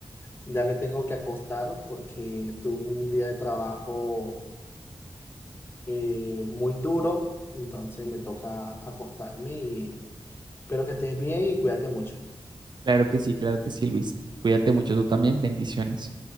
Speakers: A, on the left; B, on the right.
A: Ya me tengo que acostar porque tuve un día de trabajo eh, muy duro, entonces me toca acostarme y espero que estés bien y cuídate mucho.
B: Claro que sí, claro que sí, Luis. Cuídate mucho tú también. Bendiciones.